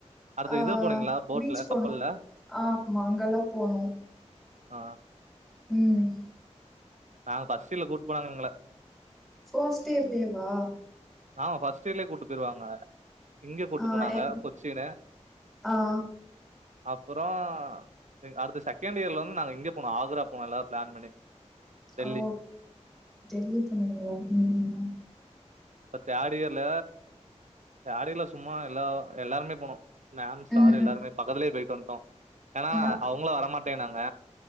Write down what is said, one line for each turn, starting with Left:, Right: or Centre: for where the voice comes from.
Right: அடுத்து
Centre: ஆ
Right: இது போனீங்களா போட்ல
Centre: பீச்
Right: கப்பல்ல
Centre: போனும் ஆமா அங்கெல்லாம் போனும்
Right: ஆ
Centre: ம்
Right: நாங்க பஸ்டில்ல கூட்டுப் போனாங்க எங்கள
Centre: சோஸ்ட் இர்லேவா
Right: ஆமா பஃஸ்ட் இயர்லயே கூப்பிட்டு போயிடுவாங்க இங்க கூட்டு
Centre: ஆ
Right: போனாங்க
Centre: எங்
Right: கொச்சினு
Centre: ஆ
Right: அப்புறம் அடுத்த செகண்ட் இயர்ல வந்து நாங்கள் இங்கே போனோம் ஆக்ரா போனோம் எல்லாரும் பிளான் பண்ணி டெல்லி
Centre: ஓ டெலிவர் பண்ணீங்களா ம் ம்
Right: அப்ப தேடிர்ல்ல தேடியல்ல சும்மா எல்ல எல்லாருமே போனோம் மேம் சார்
Centre: ம்
Right: எல்லாருமே
Centre: ம்
Right: பக்கத்துலயே போயிட்டு வந்துட்டோம் ஏன்னா
Centre: ஆ
Right: அவங்கள வரமாட்டே நாங்க